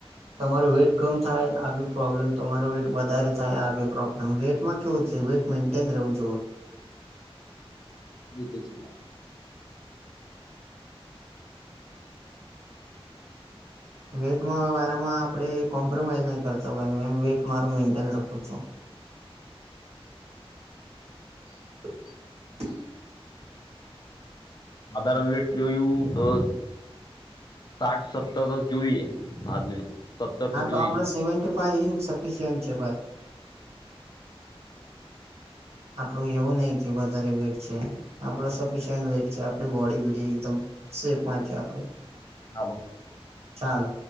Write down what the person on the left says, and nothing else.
હ <inaudible> બ પ છે ના
<inaudible>
અત્યારે વેટ જોયું તો સાઠ સત્તર તો જોઈએ આદમી ન સત્તર
જોઈ
નાાલો